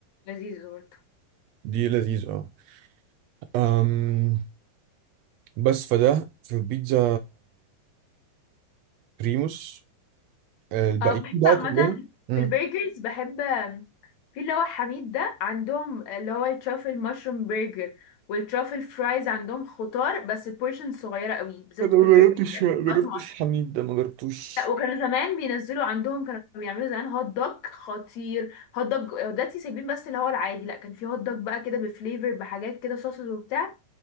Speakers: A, on the left; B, on the right.
A: لذيذ برضه
B: دي لذيذة أه أم، بس فده في بيتزا بريموس آه، الباقيين
A: اه بحب
B: بقى
A: عامة
B: كلهم مم.
A: في البرجرز بحب آم، في اللي هو حميد ده عندهم اللي هو الترافل مشروم برجر والترافل فرايز عندهم خضار بس بورشن صغيرة قوي بالذات
B: انا
A: في
B: ما
A: البرجر
B: جربتش
A: يعني
B: ما جربتش
A: طبقات معينة.
B: حميد ده ما جربتوش
A: لا وكانوا زمان بينزلوا عندهم كانوا بيعملوا زمان هوت دوج خطير هوت دوج آه، دلوقتي سايبين بس اللي هو العادي لا كان في هوت دوج بقى كده بفليفر بحاجات كده صوصز وبتاع